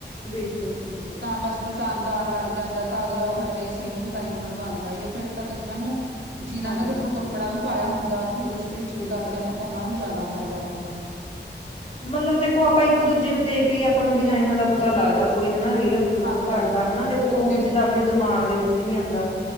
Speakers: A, on the left; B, on the right.
A: ਬਿਲਕੁਲ-ਬਿਲਕੁਲ
B: ਬੱਸ ਪਸੰਦ ਆਉਣ ਲੱਗ ਜਾਂਦਾ ਤਾਂ ਅਗਲਾ ਉਹੋ ਜਿਹਾ ਸੇਮ ਡਿਜ਼ਾਇਨ ਬਣਵਾਦਾ ਜਾਂ ਫਿਰ ਤਾਂ ਕਈਆਂ ਨੂੰ ਜਿਹਨਾਂ
A: ਹਾਂਜੀ
B: ਦਾ ਦੇਖੋ
A: ਹਾਂਜੀ
B: ਕੱਪੜਾ ਵੀ ਪਾਇਆ ਹੁੰਦਾ ਖੁਦ ਸਟੀਚ
A: ਬਿਲਕੁਲ
B: ਕਰਦਿਆਂ ਨੂੰ ਉਹਨਾਂ ਨੂੰ ਜ਼ਿਆਦਾ ਫਾਇਦਾ ਹੁੰਦਾ।
A: ਮਤਲਬ ਦੇਖੋ ਆਪਾਂ ਇੱਕ ਦੂਜੇ ਨੂੰ ਦੇਖ ਕੇ ਹੀ ਆਪਾਂ ਨੂੰ ਡਿਜ਼ਾਇਨਾਂ ਦਾ ਪਤਾ ਲੱਗਦਾ ਕੋਈ ਹਨਾ ਰੀਲ ਲੋੜ
B: ਹਾਂਜੀ-ਹਾਂਜੀ
A: ਕਰਦਾ ਹਨਾ, ਦੇਖੋ
B: ਹੁਣ
A: ਉੰਝ ਤਾਂ ਆਪਣੇ ਦਿਮਾਗ ਦੇ ਵਿੱਚ ਵੀ ਨਹੀਂ ਆਂਦਾ।